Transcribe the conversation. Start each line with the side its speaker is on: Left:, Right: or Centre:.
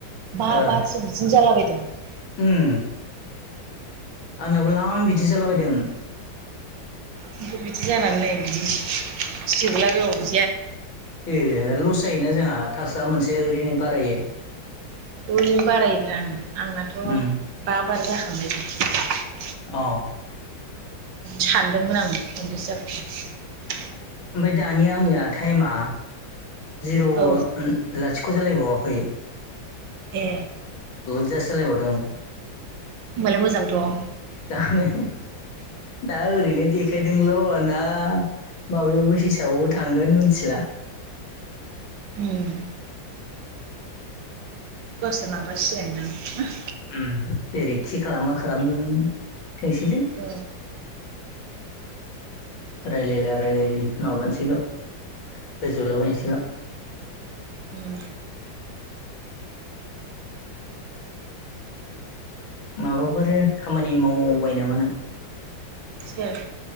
Right: बा
Left: ओ
Right: बारसो बिदिनो जालाबायदों।
Left: उम आंनाबो लाम बिदि जालाबायदोंमोन।
Right: खिन्थु बिदि जानानै नै बिदि जोबला बायबावो।
Left: ए लस जायोना जोंहा टास्कआ मोनसे ओरैनो बारायो।
Right: बिदिनो बारायोब्रा आंनाथ'
Left: उम
Right: बा बार जाखांनाय।
Left: औ।
Right: सानदोंमोन आं खनबैसे जाखो
Left: ओमफाय दानि आंनिया टाइमा जिर'
Right: औ
Left: लाथि- ख' जालायबावाखै
Right: ए
Left: बुदजा सोलायबावदों।
Right: होमबालाय मोजांथ'।
Left: जानो दा ओरैनो देखायदोंल' ना माबायावबो हिसाबावबो थांगोन मोनथिला!
Right: उम बोसोर नांबा सिनायगोन दां
Left: उम जेरैखि खालामा खालाम थोंसैलै।
Right: औ
Left: रायलायला-रायलायलि माबानोसैल' फोजोबलाबायनोसैल'।
Right: उम
Left: माबाफोर खामानि मावबाय नामा नों?
Right: सोर?